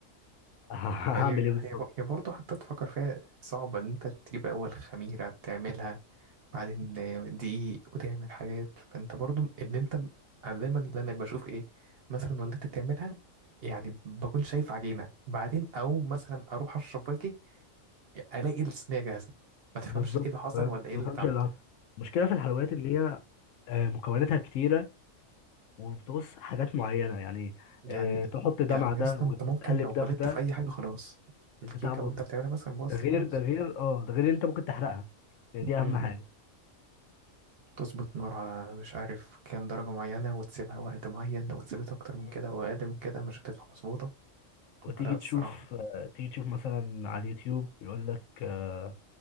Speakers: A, on the left (about 75°); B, on the right (about 55°).
A: <laughs>
B: هي
A: هعمل إيه بالظبط
B: هي ب- هي برضه حتى تفكر فيها صعبة إن أنت تجيب أول خميرة تعملها بعدين دقيق وتعمل حاجات فأنت برضه إن أنت أنا دايما اللي أنا بشوف إيه مثلا والدتي بتعملها يعني بكون شايف عجينة بعدين أو مثلا أروح أشرب باقي الاقي الصينيه جاهزه ما تفهمش
A: بالظبط
B: ايه اللي حصل
A: فاهم؟
B: ولا ايه
A: ما
B: اللي
A: بفهمش
B: اتعمل
A: اللي حصل المشكلة في الحلويات إن هي آه، مكوناتها كتيرة وبتقص حاجات معينة يعني
B: يعني
A: آه، تحط ده
B: يعني
A: مع ده
B: يا اسطى
A: وتقلب
B: انت ممكن لو غلطت
A: ده في ده
B: في اي حاجه خلاص الكيكه
A: البتاع باظت
B: وانت
A: ده
B: بتعملها مثلا باظت
A: غير
B: خلاص
A: ده غير اه ده غير ان انت ممكن تحرقها يعني دي اهم
B: مم.
A: حاجه
B: تظبط نار على مش عارف كام درجه معينه وتسيبها وقت معين لو اتسابت اكتر من
A: مم.
B: كده او اقل من كده مش هتطلع مظبوطه
A: وتيجي
B: لا الصراحه
A: تشوف آه، تيجي تشوف مثلا على اليوتيوب يقول لك آه،